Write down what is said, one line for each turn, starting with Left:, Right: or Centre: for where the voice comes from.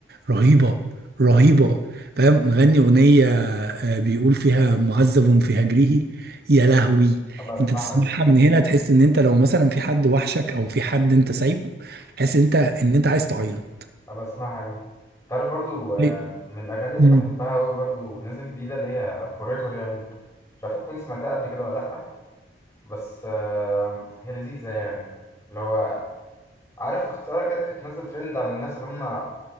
Right: رهيبه رهيبه فاهم مغني اغنيه آه، بيقول فيها معذب في هجره يا لهوي
Left: أبقى أسمعها
Right: انت تسمعها
Left: دي مم.
Right: من هنا تحس ان انت لو مثلا في حد وحشك او في حد انت سايبه تحس ان انت ان انت عايز تعيط
Left: أبقى أسمعها دي تعرف برضو آه،
Right: ليه؟
Left: من الأغاني اللي
Right: مم.
Left: بحبها أوي برضو نازل جديدة اللي هي Forever Young مش عارفة تكون سمعتها قبل كده ولا لأ بس آه، هي لذيذة يعني اللي هو عارف اختصارها كده كانت نازله ترند على الناس اللي هم